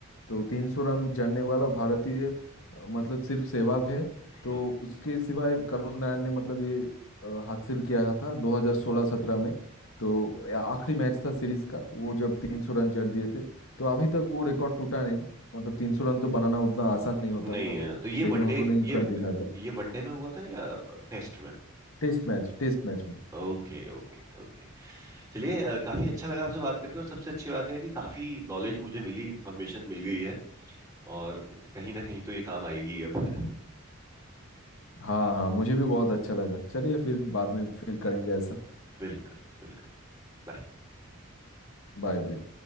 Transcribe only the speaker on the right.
हम्म
नहीं
है तो ये
वनडे
ये
ये वनडे में हुआ था या टेस्ट में
Okay okay okay चलिए अ, काफी अच्छा लगा आपसे बात करके और सबसे अच्छी बात है कि काफी नॉलेज मुझे मिली इंफॉर्मेशन मिल गई है और कहीं ना कहीं तो ये काम आएगी अब
<laughs> बिल्कुल बिल्कुल बाय